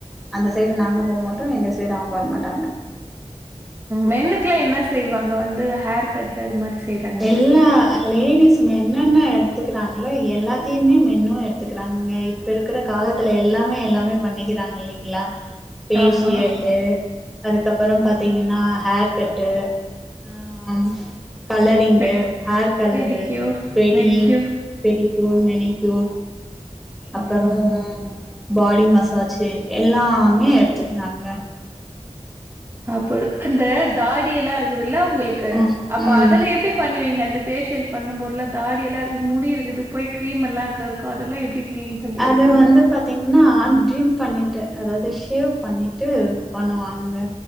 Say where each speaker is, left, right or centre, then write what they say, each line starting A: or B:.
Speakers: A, in the centre; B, on the right (about 20°).
A: அந்த சைடு நாங்க போ மாட்டோ எங்க சைடு அவங்க வர மாட்டாங்க
B: மென்னுக்குல்லா என்ன செய்வாங்க வந்து ஹேர் கட் அது மாரி செய்ற
A: எல்லா லேடிஸ்ங்க என்னென்ன எடுத்துக்கிறாங்களோ எல்லாத்தையுமே மென்னு எடுத்துக்கிறாங்க இப்ப இருக்கிற காலத்துல எல்லாமே எல்லாமே பண்ணிக்கிறாங்க இல்லைங்களா பேஷியல்லு
B: ஆமா
A: அதுக்கப்பறம் பாத்தீங்கன்னா ஹேர் கட்டு ம் ம் colouring
B: பெ
A: hair colour
B: pedicure
A: பெடி
B: manicure
A: pedicure manicure அப்பறம்
B: ம்
A: பாடி மசாஜ் <unintelligible> எல்லாமே எடுத்துக்கிறாங்க
B: அப்போ அந்த தாடிய எல்லா இருக்குதுல்ல உங்களுக்கு
A: ம்
B: அப்ப
A: ம்
B: அதுல எப்படி பண்ணுவீங்க அந்த பேஃபேஷியல் பண்ணும்போதல்லா தாடியல்லா இருக்கு முடி இருக்கு போய் கிரீம் எல்லா <unintelligible> இருக்கு அதெல்லா எப்டி கிளீன் பண்ணி
A: அது
B: எடுப்பீங்க?
A: வந்து பாத்தீங்கன்னா ட்ரீம் பண்ணிட்டு அதாவது ஷேவ் பண்ணி ட்டு பண்ணுவாங்கங்க